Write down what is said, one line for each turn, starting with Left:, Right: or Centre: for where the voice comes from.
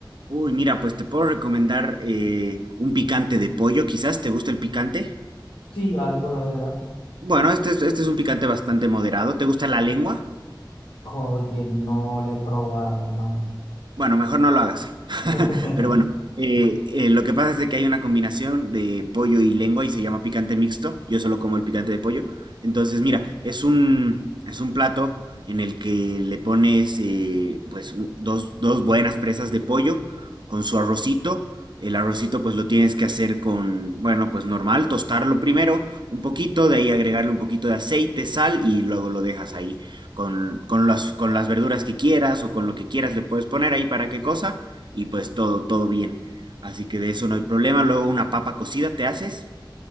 Right: Uy, mira, pues te puedo recomendar eh, un picante de pollo, quizás. ¿Te gusta el picante?
Left: Sí, algo, la verdad.
Right: Bueno, este es, este es un picante bastante moderado. ¿Te gusta la lengua?
Left: Oye, no le he probado, hermano.
Right: Bueno, mejor no lo hagas. <laughs>
Left: <laughs>
Right: Pero bueno, eh, eh, lo que pasa es de que hay una combinación de pollo y lengua y se llama picante mixto. Yo solo como el picante de pollo. Entonces, mira, es un, es un plato en el que le pones eh, pues u- dos, dos buenas presas de pollo con su arrocito. El arrocito pues lo tienes que hacer con, bueno, pues normal, tostarlo primero un poquito, de ahí agregarle un poquito de aceite, sal y luego lo dejas ahí con, con, las, con las verduras que quieras o con lo que quieras le puedes poner ahí para qué cosa y pues todo, todo bien. Así que de eso no hay problema. Luego una papa cocida te haces